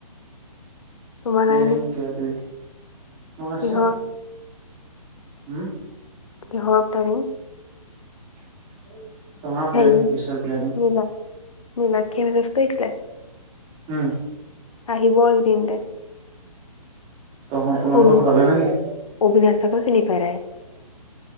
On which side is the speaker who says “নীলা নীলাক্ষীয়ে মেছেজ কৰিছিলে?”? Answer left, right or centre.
Left